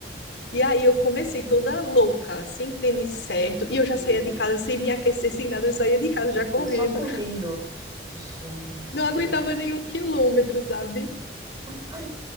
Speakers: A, on the left; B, on the right.
A: E aí eu comecei toda louca, sem tênis certo. E eu já
B: Mentira.
A: saía de casa sem me aquecer, sem nada. Eu saía de
B: Meu
A: casa já correndo.
B: Deus, só correndo.
A: <laughs>
B: Gente.
A: Não aguentava nenhum quilômetro, sabe?
B: Ah,